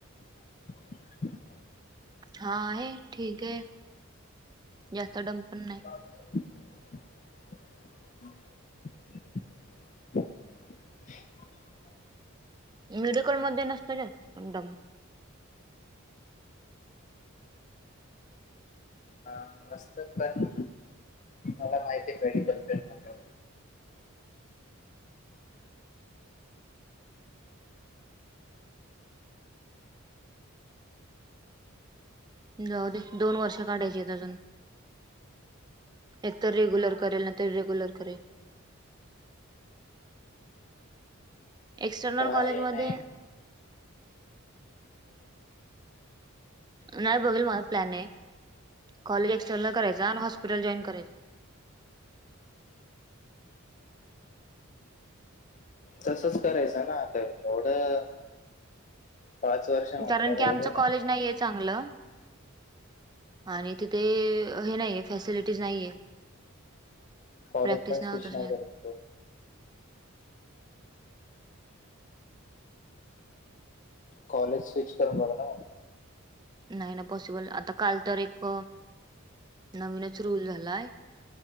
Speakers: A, on the left; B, on the right.
A: <unintelligible>
B: हा आहे ठीक आहे जास्त डम पण नाय.
A: <unintelligible> <unintelligible>
B: मेडिकल मध्ये नसतं जास्त पण डम.
A: पण नसत्यात पण मला माहिती मेडिकल फिल्ड मधल्या. <unintelligible>
B: जाऊ दे दोन वर्ष काढायची आहेत अजून. एक तर रेग्युलर करेल ना तर रेग्युलर करे. एक्सटर्नल
A: काय
B: कॉलेजमध्ये
A: नाही
B: नाय बघ री माझा प्लॅन आहे कॉलेज एक्सटर्नल करायच आणि हॉस्पिटल जॉईन करायचं.
A: तसच करायचं ना आता एवढं पाच वर्ष म्हटल्यावर
B: कारण की
A: अवघड
B: आमचं कॉलेज
A: आहे ना
B: नाहीये चांगलं आणि तिथे हे नाहीये फॅसिलिटीज नाहीये.
A: कॉलेज
B: प्रॅक्टिस
A: काय
B: नाही
A: कृष्णा
B: होत असे
A: घर <unintelligible> कॉलेज स्विच करनार ना
B: नाय ना पॉसिबल आता काल तर एक.. नवीनच रूल झालाय.